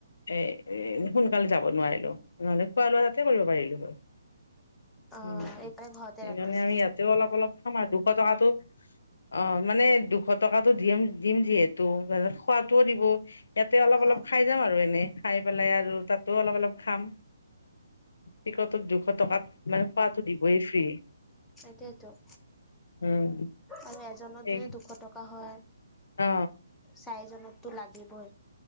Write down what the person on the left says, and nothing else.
এই সোনকালে যাব নোৱাৰিলো। নহ'লে খোৱা-লোৱা তাতে কৰিব পাৰিলো হয়।
সেইকাৰণে
আমি ইয়াতেও অলপ-অলপ কমা দুশ টকাটো অ' মানে দুশ টকাতো দিম-দিম দিয়ে যিহেতু খোৱাটোও দিব। ইয়াতে অলপ-অলপ
খাই যাম আৰু এনেই খাই পেলাই, আৰু তাতো অলপ-অলপ খাম। টিকটো দুশ টকা মানে খোৱাটো দিবই ফ্ৰী।
উম
সেই
অ